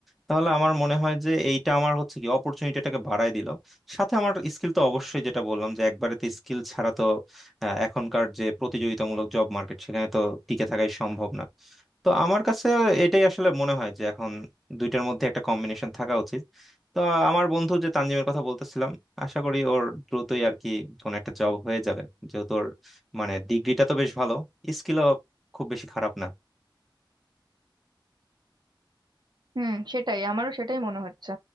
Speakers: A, in the centre; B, on the right.
A: তাহলে আমার মনে হয় যে এইটা আমার হচ্ছে কি অপরচুনিটিটাকে বাড়ায় দিল সাথে আমার স্কিল তো অবশ্যই যেটা বললাম যে একবারে তো স্কিল ছাড়া তো আহ, এখনকার যে প্রতিযোগিতামূলক জব মার্কেট সেখানে তো টিকে থাকাই সম্ভব না তো আমার কাছে এটাই আসলে মনে হয় যে এখন দুইটার মধ্যে একটা কম্বিনেশন থাকা উচিত তো আহ, আমার বন্ধু যে তানজিমের কথা বলতেছিলাম আশা করি ওর দ্রুতই আর কি কোন একটা জব হয়ে যাবে যেহেতু ওর মানে ডিগ্রিটা তো বেশ ভালো স্কিলও খুব বেশি খারাপ না
B: হুম সেটাই আমারও সেটাই মনে হচ্ছে